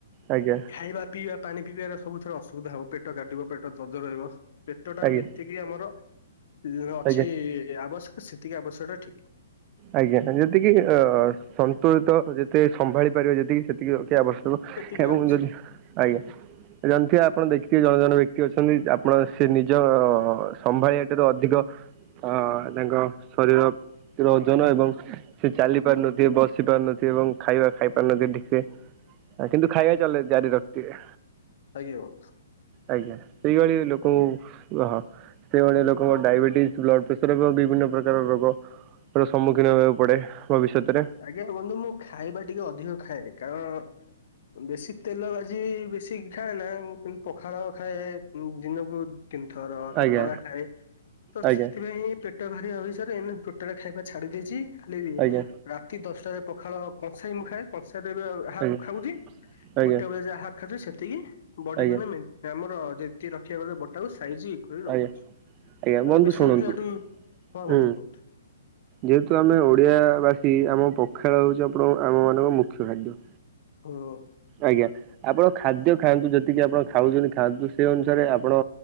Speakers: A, on the right (about 30°); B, on the left (about 60°).
A: ଆଜ୍ଞା
B: ଖାଇବା ପିଇବା ପାଣି ପିଇବାରେ ସବୁ ଥରେ ଅସୁବିଧା ହେବ ପେଟ କାଟିବ ପେଟ ଦର୍ଜ ରହିବ। ପେଟ ଟାକୁ
A: ଆଜ୍ଞା
B: ଯେତିକି ଆମର ଉ ଅଛି
A: ଆଜ୍ଞା
B: ଆବଶ୍ୟକ ସେତିକି ଆବଶ୍ୟକ ଟା ଠିକ।
A: ଆଜ୍ଞା ଯେତିକି ଅ ସନ୍ତୁଳିତ ଯେତେ ସମ୍ଭାଳି ପାରିବେ ଯେତିକି ସେତିକି ରଖିବା ଆବଶ୍ କ
B: ସେତିକି
A: ଏବଂ
B: ଆବଶ୍ୟକ
A: ଯଦି ଆଜ୍ଞା ଜାଣିଥିବେ ଆପଣ ଦେଖିଥିବେ ଜଣେ ଜଣେ ବ୍ୟ କ୍ତି ଅଛନ୍ତି ଆପଣ ସେ ନିଜ ସମ୍ଭାଳିିବା ଠାରୁ ଅଧିକ। ଅ ତାଙ୍କ ଶରୀର ର ଓ ଜନ ଏବଂ ସେ ଚାଲି ପାରୁନଥିବେ ବସି ପାରୁନଥିବେ ଏବଂ ଖାଇବା ଖାଇ ପାରୁନଥିବେ ଠିକ ସେ। ଆ କିନ୍ତୁ ଖାଇବା ଚଲେଇ ଜାରି ରଖୀଥିବେ।
B: ଆଜ୍ଞା।
A: ଆଜ୍ଞା ସେଇଭଳି ଲୋକଙ୍କୁ
B: ଆଜ୍ଞା
A: ବ ହଁ। ସେଭଳି ଲୋକଙ୍କ ଡାଇବେଟିସ୍ ବ୍ଲଡ଼ ପ୍ରେସର ଏବଂ ବିଭିନ୍ନ ପ୍ରକାର ରୋଗ। ର ସମ୍ମୁଖୀନ ହେବାକୁ ପଡେ। ଭବିଷ୍ୟତରେ।
B: ଆଜ୍ଞା ବନ୍ଧୁ ମୁଁ ଖାଇବା ଟିକେ ଅଧିକ ଖାଏ କାରଣ। ବେଶୀ ତେଲ ଭାଜି ବେଶୀ ଖାଏନା କିନ୍ତୁ ପଖାଳ ଖାଏ ଉଁ ଦିନକୁ। ତିନି ଥର
A: ଆଜ୍ଞା
B: ତତଲା ଖାଏ ତ
A: ଆଜ୍ଞା
B: ସେଥିପାଇଁ ପେ ଟ ଭାରି ଅଭିଷରେ ଏଇନା ଟୋଟାଲ ଖାଇବା ଛାଡି ଦେଇଛି ଖାଲି ଇଏ।
A: ଆଜ୍ଞା
B: ଠି ଦଶଟାରେ ପଖାଳ କଂସାଏ ମୁଁ ଖାଏ କଂସାଏ ଠୁ ବି ଅ ହାପ୍
A: ଆଜ୍ଞା
B: ଖାଉଛି
A: ଆଜ୍ଞା
B: ଗୋଟେ ବେଳେ ଯାହା। ଖାଉଚି ସେତିକି ବଡିକୁ
A: ଆଜ୍ଞା
B: ଏଇନା ମେଣ୍ଟ ଆମର ଯେତିକି ରଖିବାକୁ ଗଲେ ବଡି ଟାକୁ ସ ସାଇଜ କରି ରଖୁଛୁ
A: ଆଜ୍ଞା ଆଜ୍ଞା
B: ଆମେ
A: ବନ୍ଧୁ
B: ବେଶୀ
A: ଶୁଣନ୍ତୁ
B: ରଖିଲା ଠୁ ହଁ
A: ହୁଁ
B: ବନ୍ଧୁ କୁହନ୍ତୁ।
A: ଯେହେତୁ ଆମେ ଓଡ଼ିଆବାସୀ ଆମ ପଖାଳ ହଉଛି ଆପଣ ଆମ ମାନଙ୍କ ମୁଖ୍ୟ ଖାଦ୍ୟ।
B: ହୁଁ।
A: ଆଜ୍ଞା ଆପଣ ଖାଦ୍ୟ
B: ଆଜ୍ଞା
A: ଖାଆନ୍ତୁ ଯେତିକି ଆପଣ ଖାଉଛନ୍ତି ଖାଆନ୍ତୁ ସେ ଅନୁସାରେ ଆପଣ